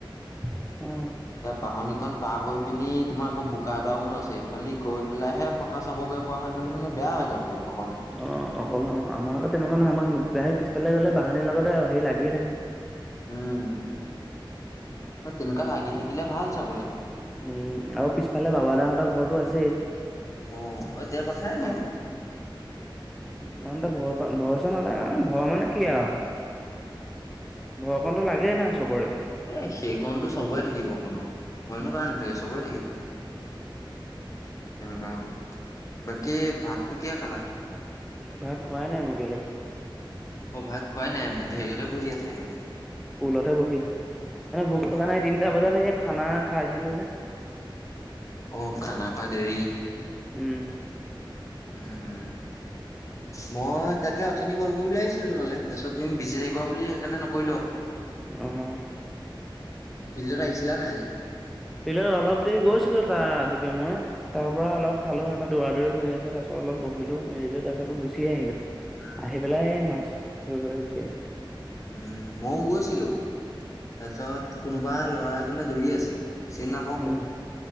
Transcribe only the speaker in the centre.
অ
অ অকলে ন আমাৰ আকৌ তেনেকুৱা নহয় আমাৰ দাৰেক পিছফালে গলে বাহানিৰ লগত তে হেৰি লাগিয়ে থাকে
উম আৰু পিছফালে বাবাদা হতঁৰ ঘৰৰতটো আছেই
ইমানতা ভ ভয় চ নালাগে ভয় মানে কি আও ভয় কণ লাগেই না চবৰে।
ভাত খোৱাই নাই মই এতিয়ালৈকে।
পুলতে বহি আছো। মানে ভোক লগা
নাই, তিনিটা বজাতে হে খানা খাইছিলো হে
উম
অ'হ
ফিল্ড অলপ দেৰি গৈছিলো তাৰ ৰাতি পুৱা মই তাৰ পৰা অলপ চালো এহটা দৌৰা দৌৰি কৰি আছে তাৰপিছত অলপ বহিলো মেলিলো তাৰপিছত আকৌ গুচি আহিলো। আহি পেলাই
মাছ ধৰিবলৈ গুচি আহিলোঁ।
উম